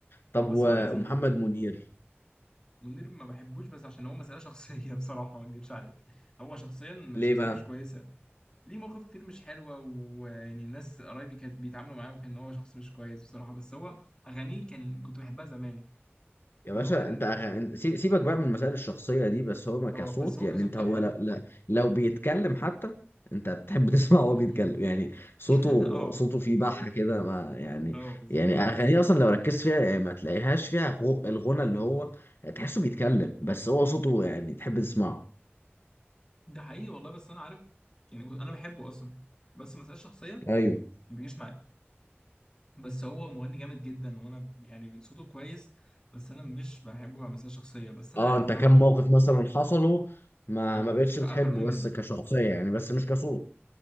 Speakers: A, on the left; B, on the left.
A: طب
B: هو بس
A: ومحمد
B: هو لذيذ يعني
A: منير
B: منير ما بحبوش بس عشان هو مسألة شخصية <laughs> بصراحة ما اكدبش عليك هو شخصيا
A: ليه
B: شخصية
A: بقى
B: مش كويسة ليه مواقف كتير مش حلوة ويعني ناس قرايبي كانت بيتعاملوا معاه وكان هو شخص مش كويس بصراحة بس هو أغانيه كان كنت بحبها زمان
A: يا
B: اللي
A: باشا
B: هو كان
A: انت أغ... سيب- سيبك بقى من المسائل الشخصية دي بس هو ما كصوت
B: اه بس هو
A: يعني
B: كصوت
A: انت
B: لا
A: هو
B: حلو
A: لا لا لو بيتكلم حتى انت بتحب <laughs> تسمع وهو
B: <laughs>
A: بيتكلم يعني صوته
B: اه
A: صوته فيه بحة
B: هو
A: كده ما يعني
B: اه بالظبط
A: يعني اغانيه اصلا لو ركزت فيها يعني ما تلاقيهاش فيها غو- الغنى اللي هو تحسه بيتكلم بس هو صوته يعني تحب تسمعه
B: ده حقيقي والله بس أنا عارف يعني أنا بحبه أصلا بس مسألة شخصية
A: ايوه
B: ما بيجيش معايا بس هو مغني جامد جدا وانا ب- يعني صوته كويس بس انا مش بحبه كمسألة شخصية بس انا
A: اه
B: عارف
A: انت
B: بروح
A: كم موقف
B: ل-
A: مثلا حصلوا ما
B: اه
A: ما بقتش
B: فقفلوني
A: بتحبه
B: منه
A: بس كشخصية يعني بس مش كصوت